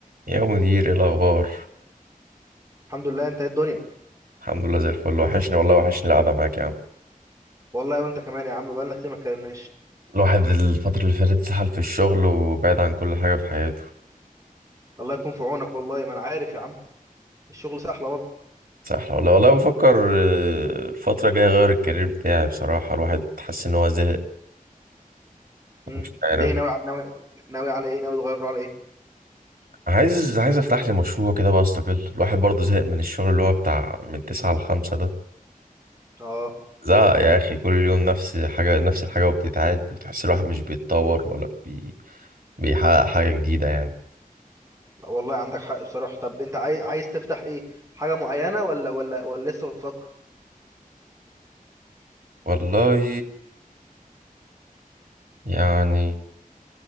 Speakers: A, on the right; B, on the right.
A: يا مدير ايه الاخبار
B: الحمد لله انت ايه الدنيا
A: الحمد لله زي الفل وحشني والله وحشني القعده معاك يا عم
B: والله وانت كمان يا عم بقالنا كتير ما اتكلمناش
A: الواحد الفتره اللي فاتت سحل في الشغل وبعد عن كل حاجه في حياته
B: الله يكون في عونك والله ما انا عارف يا عم الشغل سهله برضه
A: سحل والله والله بفكر آه، الفتره الجايه اغير الكارير بتاعي بصراحه الواحد حاسس ان هو زهق
B: امم
A: مش عارف
B: ليه ناوي على- ناوي ناوي على ايه ناوي تغير على ايه
A: عايز عايز افتح لي مشروع كده بقى استقل الواحد برضه زهق من الشغل اللي هو بتاع من تسعة لخمسة ده
B: اه
A: زهق يا اخي كل يوم نفس حاجه نفس الحاجه وبتتعاد وتحس الواحد مش بيتطور ولا بي... بيحقق حاجه جديده يعني
B: والله عندك حق بصراحه طب انت عاي... عايز تفتح ايه حاجه معينه ولا ولا ولا لسه بتفكر
A: والله يعني